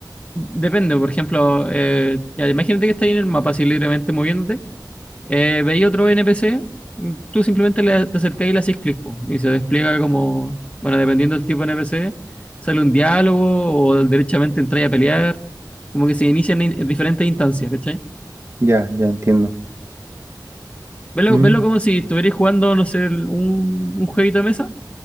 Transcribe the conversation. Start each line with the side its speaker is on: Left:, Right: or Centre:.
Left: depende, por ejemplo, eh, ya, imagínate que estáis en el mapa así libremente moviéndote Eh, veía otro NPC, mm, tú simplemente le, te acercás y le haces clic, po, y se despliega como, bueno, dependiendo del tipo de NPC, sale un diálogo o derechamente entráis a pelear, como que se inician en, en diferentes instancias, ¿cachai?
Right: Ya, ya entiendo.
Left: Verlo,
Right: ¿Mm?
Left: verlo como si estuvierais jugando, no sé, el- un, un jueguito de mesa